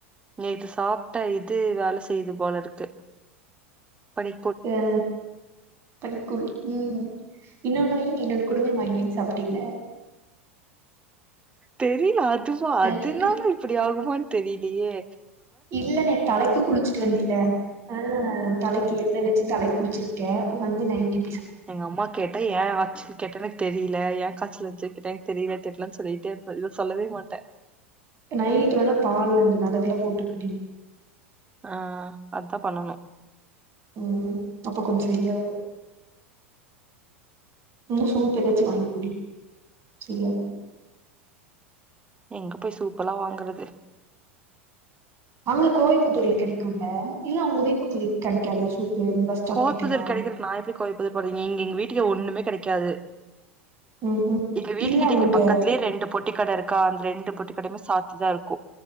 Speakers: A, on the right (about 15°); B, on the right (about 40°).
A: நேத்து சாப்ட்டா இது வேல செய்து போல இருக்கு பனி
B: ஆ பனிக்கூழ் ம் இன்னொன்னு வேணு இன்னோனு குடுங்க வாங்கி வாங்கி சாப்ட்டேல
A: தெரில அதுவா
B: நா
A: அதுனால
B: இல்ல
A: இப்டி ஆகுமான்னு தெரிலியே
B: இல்ல நேத் தலைக்கு குளிச்சிட்டு வந்தில ஆ தலைக் கு எண்ண வச்சு தலைக் குளிச்சிருக்க வந்து நைட்டி
A: எங்க அம்மா கேட்டா ஏ ஆச்சு கேட்டா எனக் தெரில ஏ காச்சல் வந்துச்சுன் கேட்டா எனக்கு தெரில தெரிலன்னனு சொல்லிட்டு இருப்ப இத சொல்லவே மாட்டே
B: நைட் வந்த பால் அந்த மெளகுல்லா போட்டு குடி
A: ஆ அதா பண்ணணு
B: ம் அப்ப கொஞ்சொ செரியாவு இல்ல சூப்பு எதாச்சு வாங்கி குடி சரியாகு
A: எங்க போய் சூப்பலா வாங்கறது
B: அங்க கோவைப்புதூர்ல கெடைக்கும்ல இல்ல உங்க வீட் பக்கத்துல கெடைக்காத சூப்பு ஸ்டாப்
A: கோவைப்புதுர்
B: கிட்டலா
A: கெடைக்கறக்கு நா எப்டி கோவைப்புதுர் போற இங்க எங்க வீட்டுக்கே ஒன்னுமே கெடைக்காது
B: ம் ம்
A: எங்க வீட்டுக்கிட்ட
B: இல்ல அங்க
A: இங்க பக்கத்துலே ரெண்டு பொட்டிக்கட இருக்கு கா அந்த ரெண்டு பொட்டி கடைமே சாத்திதா இருக்கு